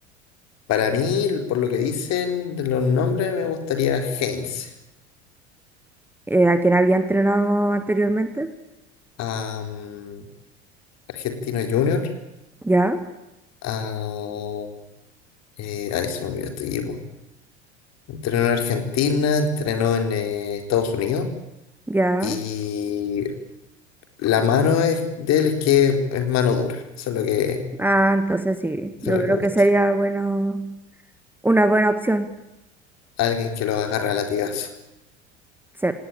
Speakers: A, on the left; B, in the centre.
A: para mí, por lo que dicen de los nombres, me gustaría Heinz.
B: Eh, ¿a quien había entrenado anteriormente?
A: a mm, Argentino Junior,
B: Ya,
A: a... eh, ahí se me olvidó este equipo. Entrenó en Argentina, entrenó en eh, Estados Unidos
B: ya.
A: y la mano es- de él es que es mano dura. Eso es lo que,
B: Ah, entonces sí,
A: eso
B: yo
A: es lo
B: creo
A: que gusta.
B: que sería bueno, una buena opción.
A: Alguien que lo agarra a latigazo.
B: Sí.